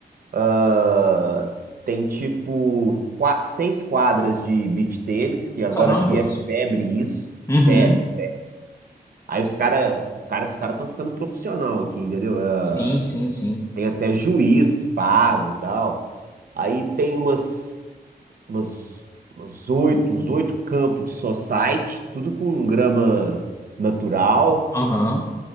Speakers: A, on the right; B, on the left.
A: ah, tem tipo qua- seis quadras de beach tênis, que agora
B: Carambas.
A: aqui é febre isso.
B: Uhum.
A: Febre. Aí os caras, cara, cara- os caras estão ficando profissional aqui, entendeu? Ah,
B: Sim, sim, sim.
A: Tem até juiz pago e tal. Aí tem umas, umas, umas oito, uns oito campos de society, tudo com grama natural.
B: Aham.